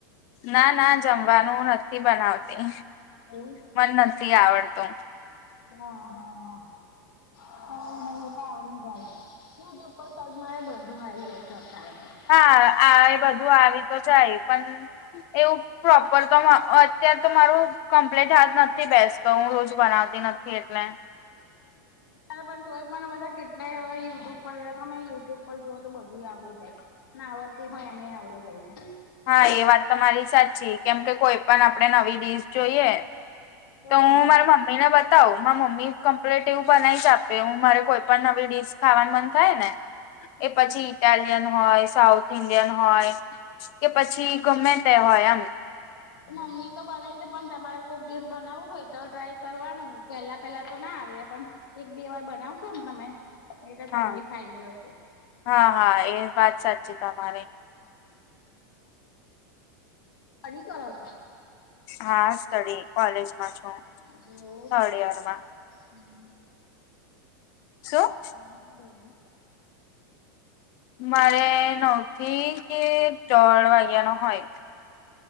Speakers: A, on the left; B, on the left.
A: ના ના જમવાનું નથી બનાવતી.
B: એવું!
A: મન નથી આવડતુ.
B: હા હા. કે નહીં એ તો આવડી જાય. <unintelligible>
A: હા આવે, બધું આવી તો જાય પણ. એવું પ્રોપર તો અત્યાર તો મારું, કોમ્પ્લેટ હાથ નથી બેસતો. હું રોજ બનાવતી નથી એટલે.
B: હવે પણ તોય પણ, બધા કેટલાય હવે યુટ્યુબ પર તમે યુટ્યુબ પર જુઓ, તો બધું આવડી જાય. ના આવડતું હોય એનેય આવડી જાય છે.
A: હા. એ વાત તમારી સાચી. કેમ કે, કોઈ પણ આપડે નવી ડીશ જોઈએ!
B: છે
A: તો હું મારા મમ્મીને બ કહુ. મારા મમ્મી કમ્પ્લેટ એવું બનાઈ જ આપે. હું મારે કોઈ પણ નવી ડીશ ખાવાનું મન થાય ને! એ પછી ઇટાલિયન હોય, સાઉથ ઇન્ડિયન હોય, કે પછી ગમે તે હોય એમ.
B: મમ્મી તો બનાવી લેય. પણ તમારે કોક દિવસ બનાવવું હોય તો, ટ્રાય કરવાનું. પેલા પેલા તો ના આવડે. પણ એક-બે વાર બનાવશો ને તમે એ તો
A: હા
B: તમને ફાઈ જશે.
A: હા હા. એ વાત સાચી તમારી.
B: સ્ટડી કરો છો?
A: હા સ્ટડી, કોલેજમાં છું.
B: હો.
A: થર્ડ યરમાં
B: હમ.
A: શું
B: અમે હું બોલવાના.
A: મારે નવથી કે દોડ વાગ્યાના હોય.